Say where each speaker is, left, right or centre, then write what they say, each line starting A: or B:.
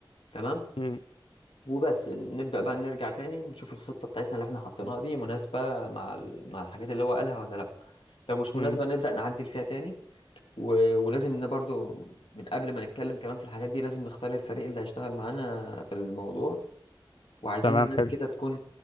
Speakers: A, on the left; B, on the left.
A: تمام
B: م-
A: وبس نبدأ بقى نرجع تاني نشوف الخطة بتاعتنا اللي احنا حطيناها دي مناسبة مع ال... مع الحاجات اللي هو قالها ولا لا لو مش مناسبة
B: م.
A: نبدأ نعدل فيها تاني و... ولازم ن- برضو من قبل ما نتكلم كمان في الحاجات دي لازم نختار الفريق اللي هيشتغل معانا في الموضوع وعايزين
B: تمام
A: الناس
B: حلو
A: كده تكون